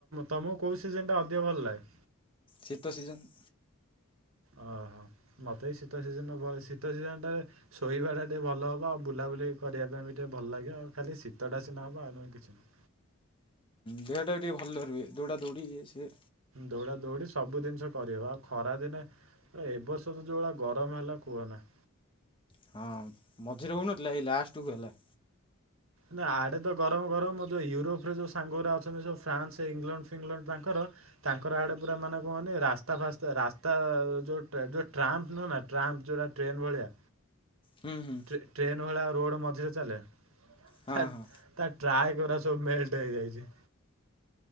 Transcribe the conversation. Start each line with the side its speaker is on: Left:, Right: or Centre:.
Right: ତମ କୋଉ ସିଜନ ଟା ଅଧିକ ଭଲ ଲାଗେ?
Left: ଶୀତ ସିଜନ।
Right: ଓହୋ ମତେ ଶୀତ ସିଜନ, ଶୀତ ସିଜନଟାରେ ଶୋଇବା ଟା ଟିକେ ଭଲ ହବ ଆଉ ବୁଲାବୁଲି କରିବା ପାଇଁ ବି ଟିକେ ଭଲ ଲାଗିବ ଆଉ ଖାଲି ଶୀତଟା ସିନା ହବ ଆଉଁ କିଛି ନାହିଁ।
Left: ଦେହଟା ବି ଟିକେ ଭଲ ଧ ରିବେ ଦୌଡ଼ା ଦୌଡ଼ି ଇଏ ସିଏ
Right: ଦୌଡା ଦୌଡି ସବୁ ଜିନିଷ କରିହବ ଆଉ ଖରା ଦିନେ ଏଇ ବର୍ଷ ତ ଯେଉଁଭଳିଆ ଗରମ ହେଲା କୁହନା
Left: ହଁ ମଝିରେ ହଉନଥିଲା ଏଇ ଲାଷ୍ଟ କୁ ହେଲା
Right: ନା ଆଡ଼େ ତ ଗରମ ଗରମ ଯେଉଁ ୟୁରୋପରେ ଯେଉଁ ସାଙ୍ଗରେ ଅଛନ୍ତି ସବୁ ଫ୍ରାନ୍ସ ଇଂଲଣ୍ଡ ଫିଙ୍ଗଲଣ୍ଡ ତାଙ୍କର ତାଙ୍କର ଆଡେ ପୁରା ମାନେ କହନି ରାସ୍ତା ଫାସ୍ତା ରାସ୍ତା ଯୋଉ ଯୋଉ ଟ୍ରା ନୁହେଁ ନା ଟ୍ରାମ୍ପ ଯୋଉଟା ଟ୍ରେନ୍ ଭଲିଆ
Left: ହୁଁ ହୁଁ
Right: ସେ ଟ୍ରେନ୍ ଭଳିଆ ରୋଡ଼ ମଝିରେ ଚାଲେ
Left: ହଁ
Right: ହେ
Left: ହଁ
Right: ତା ଟ୍ରାଏ କ ସବୁ ମେଲଟ ହେଇଯାଇଛି